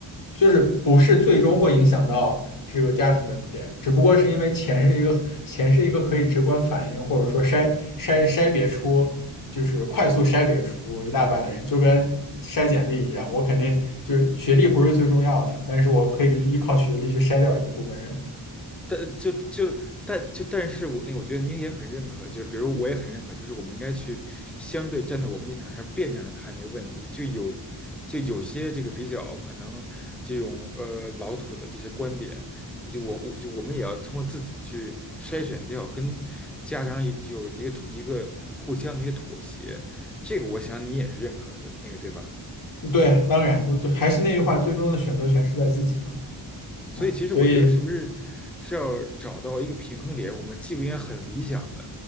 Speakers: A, on the left; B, in the centre.
A: 就是不是最终会影响到这个家庭的点，只不过是因为钱是一个钱是一个可以直观反映，或者说筛筛筛别出，就是快速筛别出一大半的人，就跟筛简历一样，
B: 嗯。
A: 我肯定就是学历不是最重要的，但是我可以依靠学历去筛掉一部分人。
B: 但就就但就但是我那我觉得您也很认可，就是比如我也很认可，就是我们应该去相对站在我们立场上辩证的看这个问题，就有就有些这个比较可能这种呃老土的这些观点，我就我我就我们也要通过自己去筛选掉，跟家长有有一个一个互相的一个妥协，这个我想你也是认可的那个对吧？
A: 对啊当然，我就还是那句话，最终的选择权是在自己嘛，
B: 所以其实我觉得是不是是要找到一个平衡点？
A: 啊，所以。
B: 我们既不应该很理想的